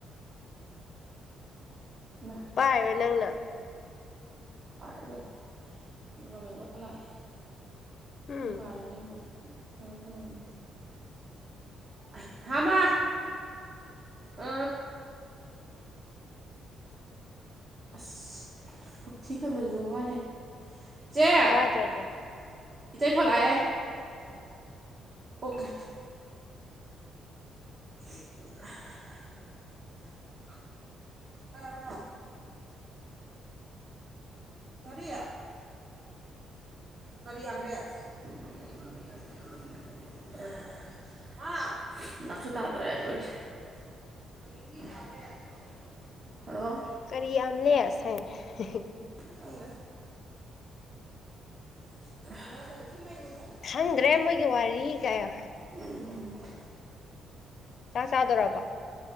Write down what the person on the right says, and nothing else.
ꯏꯃꯥ
ꯄꯥꯏꯗꯦ ꯒꯣꯔꯃꯦꯟꯒꯣ ꯂꯥꯛꯑꯦ
ꯑꯝ ꯄꯥꯏꯔꯗꯤ ꯑꯃꯨ ꯀꯩꯅꯣꯝ ꯇꯧꯔꯅꯤ <unintelligible> ꯍꯥ ꯃꯥ ꯑ ꯑꯁ ꯍꯛꯊꯤ ꯈꯟꯕꯁꯤꯁꯨ ꯋꯥꯏꯍꯦ ꯏꯆꯦ
ꯏꯇꯩ ꯐꯣꯟ ꯂꯥꯛꯑꯦ ꯑꯣꯀꯦ <inaudible> <unintelligible> <unintelligible> ꯀꯔꯤ <unintelligible> ꯀꯔꯤ ꯑꯥꯝꯔꯦꯁ <unintelligible> <unintelligible> ꯅꯞꯁꯨ ꯇꯥꯗꯧꯔꯦ ꯇꯧꯔꯤꯁꯦ <unintelligible> ꯍꯜꯂꯣ
ꯈꯪꯗꯦ <unintelligible>
ꯎꯝ <unintelligible>